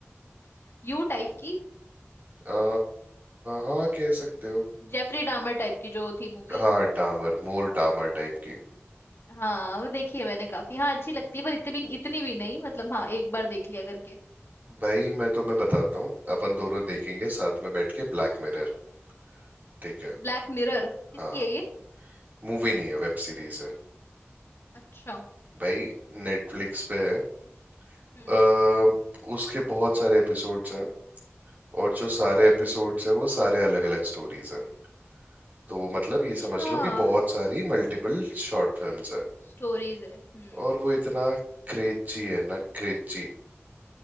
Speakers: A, on the left; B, on the right.
A: यू टाइप की
B: अ, हाँ कह सकते हो
A: जेफरी डामर टाइप की जो थी मूवी
B: हाँ डामर मोर डामर टाइप की
A: हाँ वो देखी है मैंने काफी हाँ अच्छी लगती है पर इतनी भी इतनी भी नहीं मतलब हाँ एक बार देख लिया करके
B: भाई मैं तुम्हें बताता हूँ अपन दोनों देखेंगे साथ में बैठ के ब्लैक मिरर ठीक है
A: ब्लैक मिरर किसकी
B: हाँ
A: है ये
B: मूवी नहीं है वेब सीरीज है
A: अच्छा
B: भाई नेटफ्लिक्स पे है
A: हम्म
B: अ, उसके बहुत सारे एपिसोड्स हैं और जो सारे एपिसोड्स हैं वो सारे अलग अलग स्टोरीज हैं तो वो मतलब
A: अच्छा
B: ये समझ लो कि बहुत सारी मल्टीपल शॉर्ट फिल्म्स हैं
A: स्टोरीज है हम्म
B: और वो इतना क्रेची है ना क्रेची